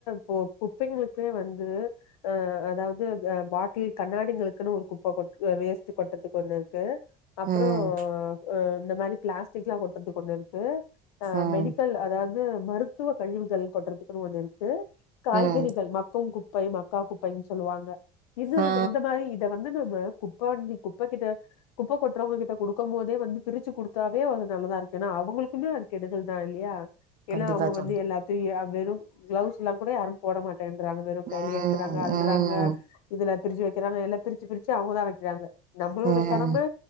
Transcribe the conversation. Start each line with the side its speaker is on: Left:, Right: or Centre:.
Left: கு குப்பைங்களுக்கே வந்து அ அதாவது பாட்டில் கண்ணாடி எங்களுக்குனு ஒரு குப்ப கொட் அ வேஸ்ட் கொட்றதுக்கு ஒன்னு இருக்கு அப்புறோ
Right: ம்
Left: அ இந்த மாரி ப்ளாஸ்டிக்லா கொட்றதுக்கு ஒன்னு இருக்கு அ
Right: ம்
Left: மெடிக்கல் அதாவது மருத்துவ கழிவுகள் கொட்றதுக்குன்னு ஒன்னு இருக் கு காய்கறிகள்
Right: ம்
Left: மக்கும் குப்பை மக்கா குப்பைன்னு சொல்லுவாங்க இது
Right: ஆ
Left: நம்ம இந்த மாரி இத வந்து நம்ம குப்பவண்டி குப்பகிட்ட குப்ப கொட்றவங்க கிட்ட கொடுக்கும் போதே வந்து பிரிச்சு கொடுத்தாவே வந்து நல் லாருக்கு ஏன்னா அவங்களுக்குமே அது கெடுதல் தா இல்லையா ஏன்னா
Right: கண்டிப்பாக
Left: அவங்க
Right: தோழி
Left: வந்து எல்லாத்தையு வெறும் க்ளவுஸ் எல்லா கூட யாரும் போட மாட் டன்றாங்க வெறு கையிலயே
Right: ம்
Left: இருக்கறாங்க அல்றாங்க
Right: ம்
Left: இதுல பிரிச்சு வைக்கிறாங்க எல்லா பிரிச்சு பிரிச்சு அவங்கதா வைக்கிறாங்க நம்மளோட
Right: ம்
Left: கடம